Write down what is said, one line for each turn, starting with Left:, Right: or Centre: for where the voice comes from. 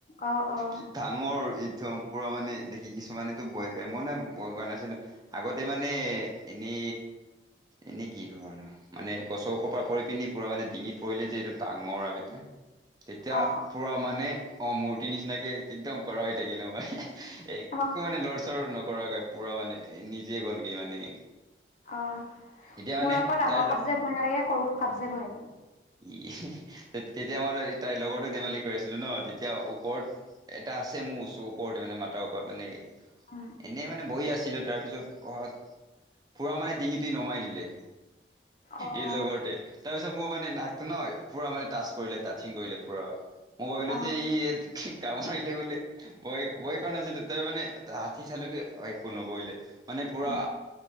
Left: অ', অ',।
Right: ই- ডাঙৰ একদম পুৰা মানে, দেখি কিছুমানেতো ভয় খাই মই না ভয় খোৱা নাছিলো। আগতে মানে এনে এনে কি ঘণ মানে গছৰ ওপৰ পৰা পৰি পিনে, পুৰা মানে ডিঙিত পৰিলে যে এইটো ডাঙৰ সাপ এটা তেতিয়া
Left: অ
Right: পুৰা মানে, অ' মূৰ্তি নিচিনাকে একদম খাৰা হৈ থাকিলো মই একো
Left: অ অ
Right: মানে লৰাচৰ নকৰাকৈ, পুৰা মানে নিজে গ'লগৈ মানে।
Left: অ',
Right: এতিয়া মানে
Left: মোৰ আকৌ ডাঙৰ
Right: তাই ল-
Left: সাপ যে ভয় নালাগে, সৰু কাপ যে ভয় লাগে।
Right: ই' তেতিয়া মানে তাইৰ লগৰতো ধমালি কৰি আছিলে ন', তেতিয়া ওপৰত এটা আছে মোৰ ওচৰ ওপৰতে, মানে মথাৰ ওপৰত মানে
Left: উম,
Right: এনেই মানে বহি আছিলো তাৰ পিছত অহাত পুৰা মানে ডিঙিটো নমাই দিলে।
Left: অ',
Right: এই লগৰতোৱে তাৰ পিছত মোৰ মানে নাটকো নহ পুৰা মানে টাচ কৰিলে কি কৰিলে পুৰা মই ভাবিলো
Left: অ',
Right: যে ই কাম কৰিলে বোলে ভয়-ভয় কৰা নাছিলো তই মানে হাতী চালো কি একো নকৰিলে মানে পুৰা
Left: উম,